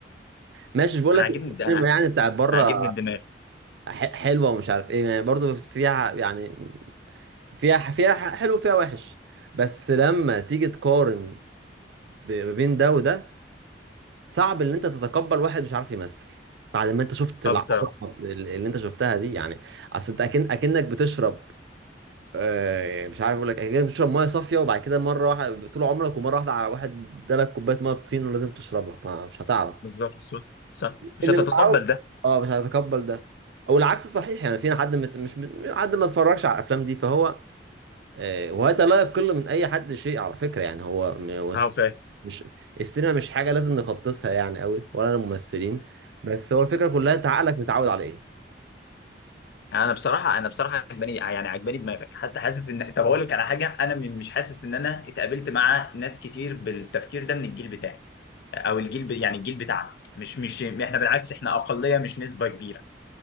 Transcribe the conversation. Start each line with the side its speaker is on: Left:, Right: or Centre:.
Right: ماشي مش بقول
Left: انا
Right: لك
Left: عاجبني
Right: السينما
Left: انا انا
Right: يعني بتاعت بره
Left: عاجبني الدماغ
Right: ح- حلوه ومش عارف ايه يعني برضه فيها يعني فيها فيها حلو فيها وحش بس لما تيجي تقارن ب- ما بين ده وده صعب ان انت تتقبل واحد مش عارف يمثل بعد ما انت شفت العبره
Left: اه بصراحه
Right: اللي انت شفتها دي يعني اصل انت اكن اكنك بتشرب آه، مش عارف اقول لك اكنك بتشرب ميه صافيه وبعد كده مره واحده طول عمرك ومره واحده على واحد ادالك كوبايه ميه بطين ولازم تشربها ما- مش هتعرف
Left: بالظبط صح صح مش
Right: اللي
Left: هتتقبل
Right: متعود
Left: ده
Right: اه مش هيتقبل ده او العكس صحيح يعني في حد مت... مش حد ما اتفرجش على الافلام دي فهو آه، وهذا لا يقل من اي حد شيء على فكره يعني هو م- هو است-
Left: اه فاهم
Right: مش السينما مش حاجه لازم نقدسها يعني قوي ولا الممثلين بس هو الفكره كلها انت عقلك متعود على ايه
Left: يعني انا بصراحه انا بصراحه عجباني يعني عجباني دماغك حتى حاسس ان طب اقول لك على حاجه انا م- مش حاسس ان انا اتقابلت مع ناس كتير بالتفكير ده من الجيل بتاعي او الجيل ب... يعني الجيل بتاعنا مش مش احنا بالعكس احنا اقليه مش نسبه كبيره